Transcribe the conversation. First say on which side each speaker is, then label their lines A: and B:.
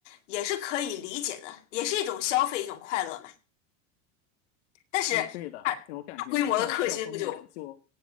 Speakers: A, on the left; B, on the left.
A: 也是可以理解的，也是一种消费，一种快乐嘛。但是大大规模的氪金不就
B: 嗯，对的，我感觉你在这方面就